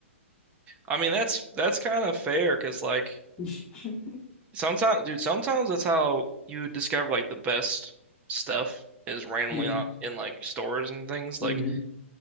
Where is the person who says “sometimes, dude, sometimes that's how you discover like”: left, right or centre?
Right